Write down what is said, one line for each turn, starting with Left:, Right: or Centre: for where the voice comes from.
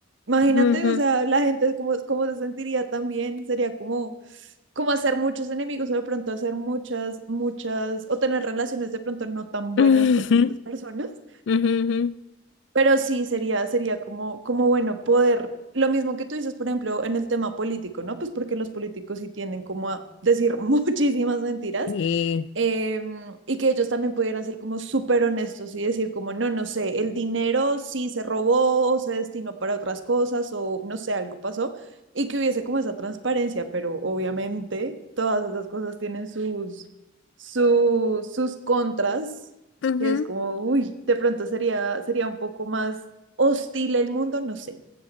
Right: Imagínate,
Left: ujú,
Right: o sea, la gente, ¿cómo, cómo se sentiría también? Sería como como hacer muchos enemigos o de pronto hacer muchas, muchas, o tener relaciones de pronto no tan buenas
Left: ujú.
Right: con
Left: <laughs>
Right: otras personas,
Left: Ujú, ujú, ujú.
Right: pero sí, sería, sería como, como bueno poder, lo mismo que tú dices, por ejemplo, en el tema político, ¿no? Pues porque los políticos sí tienden como a decir <laughs> muchísimas mentiras
Left: Y
Right: em, y que ellos también pudieran ser como súper honestos y decir como, no, no sé, el dinero sí se robó o se destinó para otras cosas o no sé, algo pasó y que hubiese como esa transparencia, pero obviamente todas esas cosas tienen sus, sus, sus contras
Left: ujú.
Right: que es como, uy, de pronto sería, sería un poco más hostil el mundo, no sé.